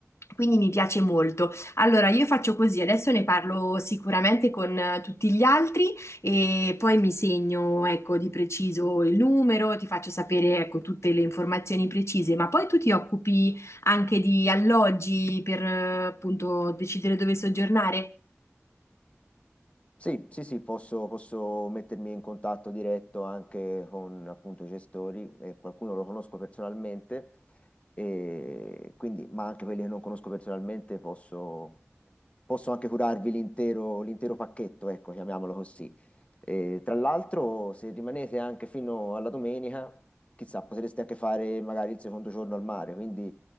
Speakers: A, on the left; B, on the left.
A: Quindi mi piace molto. Allora, io faccio così, adesso ne parlo sicuramente con eh, tutti gli altri e poi mi segno, ecco, di preciso il numero, ti faccio sapere, ecco, tutte le informazioni precise, ma poi tu ti occupi anche di alloggi per eh, appunto decidere dove soggiornare?
B: Sì, sì, sì, posso, posso mettermi in contatto diretto anche con appunto i gestori, eh, qualcuno lo conosco personalmente, e quindi, ma anche quelli che non conosco personalmente posso, posso anche curarvi l'intero l'intero pacchetto, ecco, chiamiamolo così. E, tra l'altro, se rimanete anche fino alla domenica, chissà, potreste anche fare magari il secondo giorno al mare, quindi